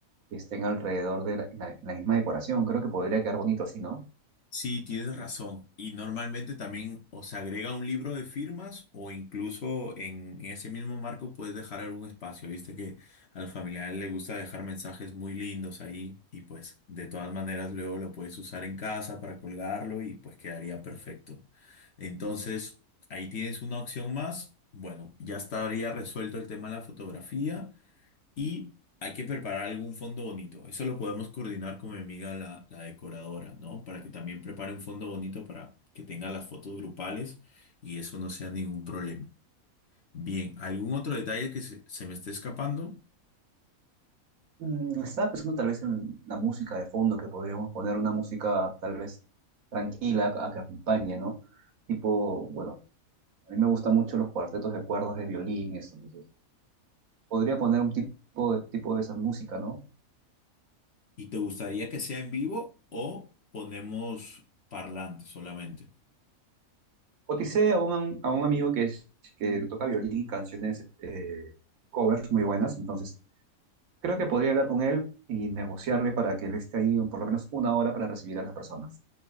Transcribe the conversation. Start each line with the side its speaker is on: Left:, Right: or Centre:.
Right: que estén alrededor de la, en la- en la misma decoración. Creo que podría quedar bonito así, ¿no?
Left: Sí, tienes razón. Y normalmente también o se agrega un libro de firmas o incluso en, en ese mismo marco puedes dejar algún espacio. Viste que a los familiares les gusta dejar mensajes muy lindos ahí y pues de todas maneras luego lo puedes usar en casa para colgarlo y pues quedaría perfecto. Entonces, ahí tienes una opción más. Bueno, ya estaría resuelto el tema de la fotografía. Y hay que preparar algún fondo bonito. Eso lo podemos coordinar con mi amiga la, la decoradora, ¿no? Para que también prepare un fondo bonito para que tenga las fotos grupales y eso no sea ningún problema. Bien, ¿algún otro detalle que se, se me esté escapando?
Right: Mm, estaba pensando tal vez en la música de fondo, que podríamos poner una música tal vez tranquila a que acompañe, ¿no? Tipo, bueno A mí me gustan mucho los cuartetos de cuerdas de violín, eso. Entonces, podría poner un tipo de, tipo de esa música, ¿no?
Left: ¿Y te gustaría que sea en vivo o ponemos parlante solamente?
Right: Coticé a un, a un amigo que, es, que toca violín y canciones, eh, covers muy buenas, entonces creo que podría hablar con él y negociarle para que él esté ahí por lo menos una hora para recibir a las personas.